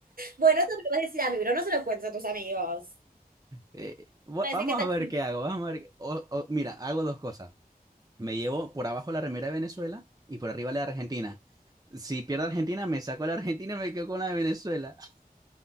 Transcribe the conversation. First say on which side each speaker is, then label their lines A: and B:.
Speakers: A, on the right (about 65°); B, on the right (about 25°).
A: Bueno, eso me lo vas a decir a mí, pero no se lo cuentes a tus amigos.
B: eh, va-
A: Van a decir
B: vamos
A: que está
B: a ver
A: chido.
B: qué hago, vamos a ver. qué- o- o- mira, hago dos cosas. Me llevo por abajo la remera de Venezuela y por arriba la de Argentina. Si pierdo Argentina, me saco a la Argentina y me quedo con la de Venezuela. <laughs>